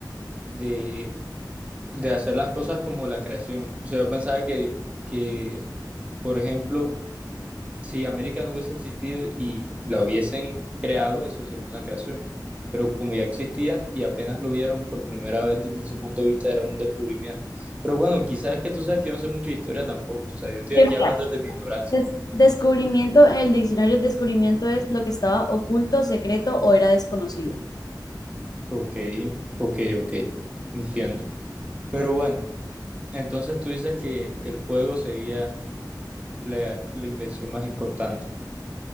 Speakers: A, on the right; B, on the left.
A: de, de hacer las cosas como la creación. O sea, yo pensaba que, que, por ejemplo, si América no hubiese existido y la hubiesen creado, eso sería una creación. Pero como ya existía y apenas lo vieron por primera vez desde su punto de vista, era un descubrimiento. Pero bueno, quizás es que tú sabes que yo no sé mucho de historia tampoco. O sea, yo estoy
B: Que
A: aquí
B: mira,
A: hablando desde mi ignorancia.
B: des- descubrimiento en el diccionario, descubrimiento es lo que estaba oculto, secreto o era desconocido.
A: Ok, ok, ok. Entiendo. Pero bueno. Entonces tú dices que, que el fuego sería la, la invención más importante.